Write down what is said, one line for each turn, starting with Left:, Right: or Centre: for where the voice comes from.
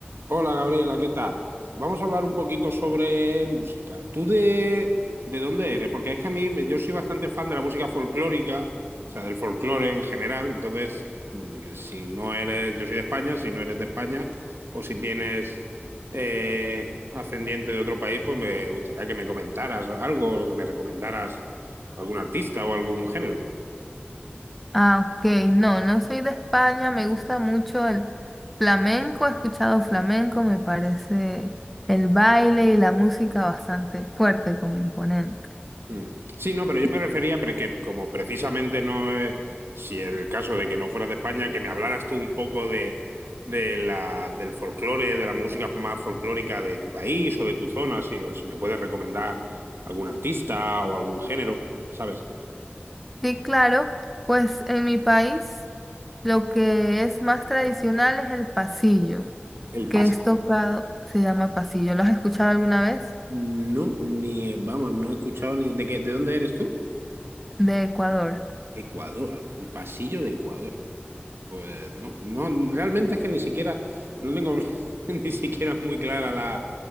Right: Hola Gabriela, ¿qué tal? Vamos a hablar un poquito sobre música. ¿Tú de, de dónde eres? Porque es que a mí yo soy bastante fan de la música folclórica, o sea, del folclore en general. Entonces, mm, si no eres, yo soy de España, si no eres de España, o si tienes eh, ascendiente de otro país, pues me gustaría que me comentaras algo o que me recomendaras algún artista o algún género.
Centre: Ah, ok. No, no soy de España. Me gusta mucho el flamenco. He escuchado flamenco. Me parece el baile y la música bastante fuerte, como imponente.
Right: Mm. Sí, no, pero yo me refería pero que como precisamente no es, si en el caso de que no fueras de España, que me hablaras tú un poco de, de la, del folclore, de la música más folclórica de tu país o de tu zona, si, o si me puedes recomendar algún artista o algún género, ¿sabes?
Centre: Sí, claro. Pues en mi país lo que es más tradicional es el pasillo,
Right: El
Centre: que
Right: paso.
Centre: es tocado, se llama pasillo. ¿Lo has escuchado alguna vez?
Right: No, ni, vamos, no he escuchado ni... ¿De qué, de dónde eres tú?
Centre: De Ecuador.
Right: Ecuador, el pasillo de Ecuador. Pues no, no, realmente es que ni siquiera, no tengo <laughs> ni siquiera muy clara la,